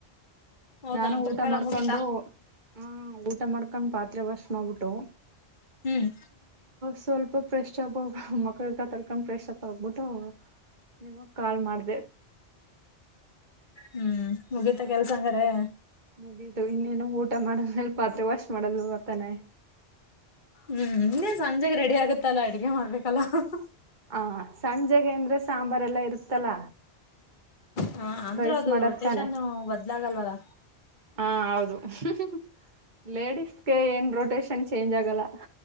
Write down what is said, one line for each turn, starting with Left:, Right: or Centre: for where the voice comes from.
Left: ಹೌದಾ
Right: ನಾನು ಊಟ
Left: ಟ್ರಿಪ್ ಎಲ್ಲ
Right: ಮಾಡ್ಕೊಂಡು
Left: ಮುಗಿತಾ
Right: ಹ್ಮ ಊಟ ಮಾಡ್ಕೊಂಡ್ ಪಾತ್ರೆ ವಾಶ್ ಮಾಡ್ಬಿಟ್ಟು
Left: ಹ್ಮ್
Right: ಸ್ವಲ್ಪ ಫ್ರೆಶ್ ಆಂಡ್ ಮಕ್ಕಗಿಕ್ಕ ತೊಳಕೊಂಡ್ ಫ್ರೆಶ್ಪ್ ಆಗ್ಬಿಟ್ಟು ನಿಮ್ಗ ಕಾಲ್ ಮಾಡ್ದ್
Left: ಹ್ಮ್ ಮುಗೀತ ಕೆಲಸ ಹಂಗಾರೆ
Right: ಮುಗಿತು ಇನ್ನೇನು ಊಟ ಮಾಡದ್ ಮೇಲ್ ಪಾತ್ರೆ ವಾಶ್ ಮಾಡೋದು ತಾನೆ
Left: ಹ್ಮ್ ಇನ್ನೆನ್ ಸಂಜಾಗೆ ರೆಡಿ ಆಗುತ್ತಲ್ಲಾ ಅಡುಗೆ ಮಾಡ್ಬೇಕಲ್ಲ. ಹಹ
Right: ಹ ಸಂಜೆಗೆ ಅಂದ್ರೆ ಸಾಂಬಾರ್ ಎಲ್ಲಾ ಇರುತ್ತಲ್ಲ
Left: ಹಾ ಅಂದ್ರೂ
Right: ರೈಸ್
Left: ಅದು
Right: ಮಾಡೋದು
Left: ರೊಟೇಶನ್
Right: ತಾನೆ
Left: ಬದ್ಲಾಗಲ್ವಲ್ಲ
Right: ಹಾ ಹೌದು ಹ್ಮ್ ಹ್ಮ್ ಲೇಡಿಸಗೆ ಏನ್ ರೋಟೇಶನ್ ಚೇಂಜ್ ಆಗಲ್ಲ.